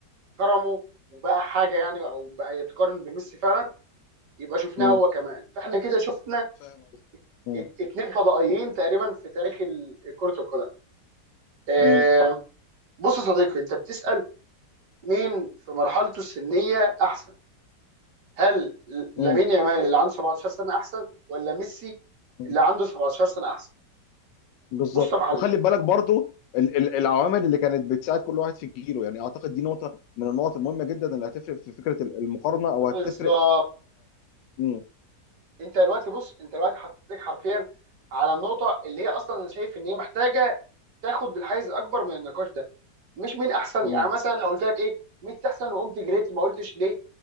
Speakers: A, on the right; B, on the left.
A: كرمه وبقى حاجه يعني او بقى يتقارن بميسي فعلا يبقى شفناه
B: م-
A: هو كمان فاحنا كده شفنا
B: فاهم قصدك. م-
A: ات- اتنين فضائيين تقريبا في تاريخ ال- كرة القدم آه،
B: م-
A: بص يا صديقي انت بتسأل مين في مرحلته السنية احسن هل ل- لامين
B: م-
A: يامال اللي عنده 17 سنة احسن ولا ميسي
B: م-
A: اللي عنده 17 سنة احسن
B: بالظبط
A: بص يا معلم
B: وخلي بالك برضو ال- ال- العوامل اللي كانت بتساعد كل واحد في جيله يعني اعتقد دي نقطه من النقط المهمه جدا اللي هتفرق في فكره المقارنه او
A: بالظبط
B: هتفرق مم.
A: انت دلوقتي بص انت دلوقتي حطيتك حرفيا على النقطة اللي هي اصلا انا شايف ان هي محتاجة تاخد الحيز الاكبر من النقاش ده. مش مين احسن
B: مم.
A: يعني مثلا لو قلت لك ايه ميسي احسن وقمت جريت ما قلتش ليه